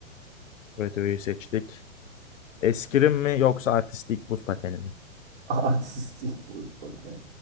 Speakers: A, on the left (about 75°); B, on the right (about 55°).
A: rodeoyu seçtik. Eskrim mi yoksa artistik buz pateni mi?
B: <laughs> Artistik buz pateni.